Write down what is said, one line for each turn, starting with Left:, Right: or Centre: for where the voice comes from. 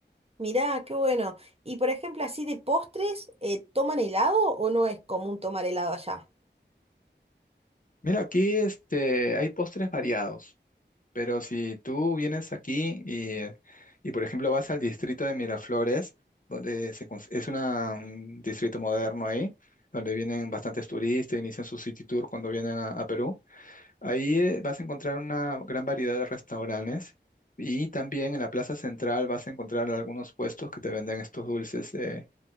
Right: Mirá, qué bueno. Y por ejemplo, así de postres, eh, ¿toman helado o no es común tomar helado allá?
Left: Mira, aquí este, hay postres variados, pero si tú vienes aquí y, y, por ejemplo, vas al distrito de Miraflores, donde se cons- es una, un distrito moderno ahí, donde vienen bastantes turistas, inician su city tour cuando vienen a a Perú. Ahí eh, vas a encontrar una gran variedad de restaurantes y también en la plaza central vas a encontrar algunos puestos que te venden estos dulces eh,